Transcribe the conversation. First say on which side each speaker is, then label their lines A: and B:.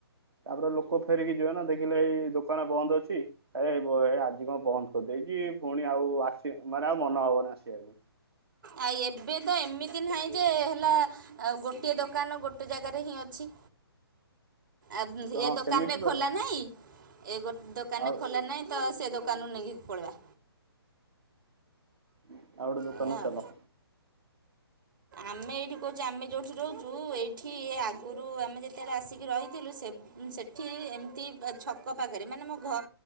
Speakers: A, on the right; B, on the right.
A: ତାପରେ ଲୋକ ଫେରିକି ଯିବେ ନା ଦେଖିଲେ ଏଇ ଦୋକାନ ବନ୍ଦ ଅଛି ଏ ଏ ଆଜି କଣ ବନ୍ଦ କରିଦେଇଚି ପୁଣି ଆଉ ଆସି ମାନେ ଆଉ ମନ ହବନି ଆସିଆକୁ।
B: ଆଇ ଏବେ ତ ଏମିତି ନାହିଁ ଯେ ହେଲା ଆଉ ଗୋଟିଏ ଦୋକାନ ଗୋଟେ ଜାଗାରେ ହିଁ ଅଛି। ଆଉ ଏ
A: ହଁ
B: ଦୋକାନରେ
A: ସେମିତି ତ
B: ଖୋଲା ନାହିଁ ଏ ଗୋଟେ ଦୋକାନରେ
A: ଆଉ
B: ଖୋଲା ନାହିଁ ତ ସେ ଦୋକାନରୁ ନେଇକି ପଳିବା।
A: ଆଉ ଗୋଟେ ଦକାନ
B: ଏଇଆ
A: କୁ
B: ଆଉ
A: ଚାଲ।
B: ଆମେ ଏଇଠି କହୁଚୁ ଆମେ ଯୋଉଠି ରହୁଚୁ ଏଇଠି ଆଗୁରୁ ଆମେ ଯେତେବେଳେ ଆସିକି ରହିଥିଲୁ ସେବେ ସେଠି ଏମିତି ଛକ ପାଖେରେ ମାନେ ମୋ ଘ